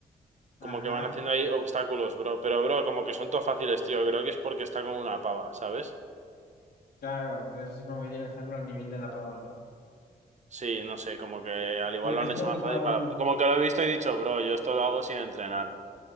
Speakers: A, on the right; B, on the left.
A: Como
B: ajá.
A: que van haciendo ahí obstáculos, bro. Pero, bro, como que son todo fáciles, tío. Creo que es porque está con una pava, ¿sabes?
B: Claro, entonces es como que tiene que hacerlo a nivel de la pava, ¿no?
A: Sí, no sé, como que al igual
B: ¿Tú crees
A: lo han
B: que
A: hecho más
B: el
A: fácil
B: pavo,
A: para... Como que lo he visto y he dicho, bro, yo esto lo hago sin entrenar.